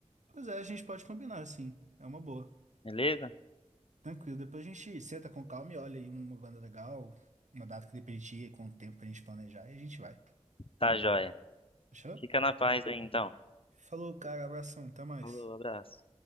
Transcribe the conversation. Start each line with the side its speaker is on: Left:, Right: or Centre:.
Right: Pois é, a gente pode combinar, sim. É uma boa.
Left: beleza?
Right: Tranquilo, depois a gente senta com calma e olha aí uma banda legal, uma data que dê pra gente ir, com o tempo pra gente planejar e a gente vai.
Left: Tá, joia.
Right: Fechou?
Left: Fica na paz aí, então.
Right: Falou, cara, abração, até mais.
Left: Falou, abraço.